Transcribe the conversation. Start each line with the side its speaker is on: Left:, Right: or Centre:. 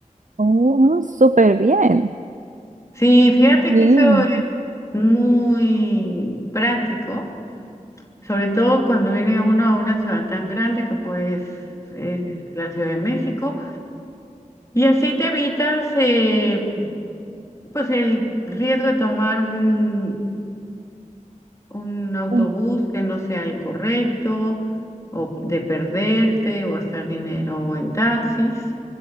Right: Oh, súper bien.
Left: Sí, fíjate
Right: Bien.
Left: que eso es muy práctico, sobre todo cuando viene uno a una ciudad tan grande que pues es la Ciudad de México, y así te evitas eh, pues el riesgo de tomar un, un autobús
Right: Ujú.
Left: que no sea el correcto, o de perderte, o gastar dinero en taxis.